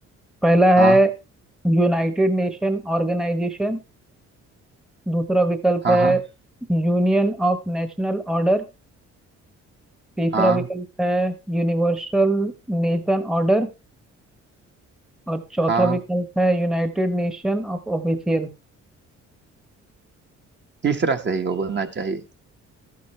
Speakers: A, in the centre; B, on the right (about 35°).
A: पहला
B: हाँ
A: है यूनाइटेड नेशन ऑर्गेनाइजेशन दूसरा विकल्प
B: हाँ
A: है
B: हाँ
A: यूनियन ऑफ नेशनल ऑर्डर तीसरा
B: हाँ
A: विकल्प है यूनिवर्सल नेशन ऑर्डर और चौथा
B: हाँ
A: विकल्प है United Nation of official
B: तीसरा सही होना चाहिए